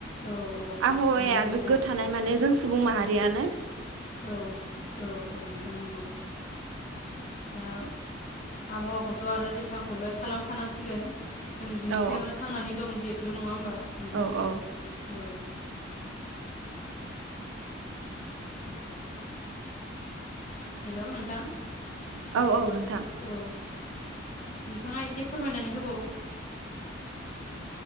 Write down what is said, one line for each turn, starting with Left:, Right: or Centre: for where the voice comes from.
Left: औ औ
Right: आबहावाया
Left: नंगौ नोंथां
Right: गोग्गो थानाय माने जों सुबुं माहारि यानो
Left: औ औ औ नोंथां नंगौ दा आबहावाखौथ' आरो रैखाखौलाय खालामखानांसिगोन जों बिनि
Right: औ
Left: सायावनो थांनानै दं जिहेथु नङा होमबा नोंथां
Right: औ औ
Left: औ हेलौ नोंथां
Right: औ औ नों थां
Left: औ नोंथाङा एसे फोरमायनानै होबाव ओ